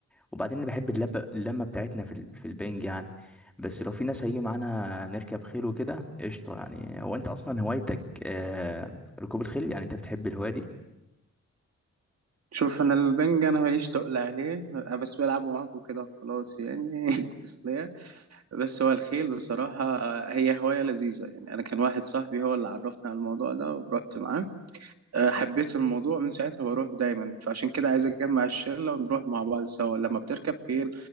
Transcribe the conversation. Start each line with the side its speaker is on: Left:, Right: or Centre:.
Centre: وبعدين انا بحب اللب- اللمه بتاعتنا في ال- في البنج يعني بس لو في ناس هيجي معانا نركب خيل وكده قشطه يعني هو انت اصلا هوايتك آه ركوب الخيل يعني انت بتحب الهوايه دي
Right: شوف انا البنج انا ماليش تقل عليه أنا بس بلعبه معاكم كده خلاص يعني <laughs> تسليه بس هو الخيل بصراحه آه، هي هوايه لذيذه يعني انا كان واحد صاحبي هو اللي عرفني على الموضوع ده ورحت معاه آه، حبيت الموضوع من ساعتها بروح دايما فعشان كده عايز اجمع الشله ونروح مع بعض سوا لما بتركب خيل